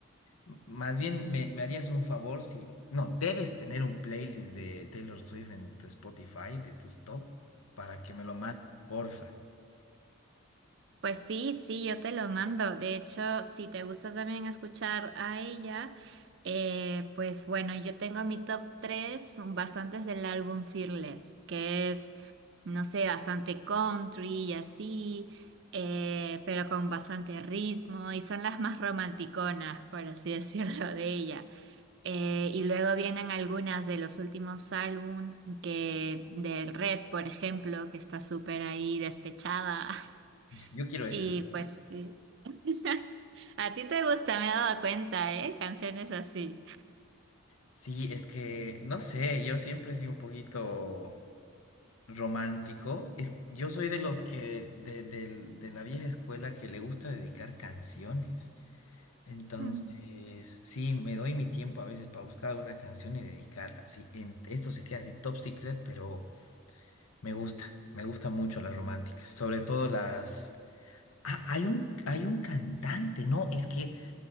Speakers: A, on the left (about 80°); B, on the right (about 55°).
A: M- Más bien, me, me harías un favor si... No, debes tener un playlist de Taylor Swift en tu Spotify, de tus top, para que me lo mandes, porfa.
B: Pues sí, sí, yo te lo mando. De hecho, si te gusta también escuchar a ella, eh, pues bueno, yo tengo mi top 3, bastantes del álbum Fearless, que es, no sé, bastante country y así, eh, pero con bastante ritmo y son las más romanticonas, por así <laughs> decirlo, de ella. Eh, y luego vienen algunas de los últimos álbum que del Red, por ejemplo, que está súper ahí despechada. <laughs>
A: Yo quiero eso.
B: Y pues sí. <laughs> A ti te gusta, me he dado cuenta, ¿eh? Canciones así.
A: Sí, es que, no sé, yo siempre he sido un poquito romántico. Es, yo soy de los que, de, del- de la vieja escuela que le gusta dedicar canciones. Entonces,
B: Mm.
A: sí, me doy mi tiempo a veces para buscar una canción y dedicarla. Sí, en- esto se queda así top secret, pero... Me gusta, me gusta mucho las románticas, sobre todo las... Ah, hay un, hay un cantante, no, es que,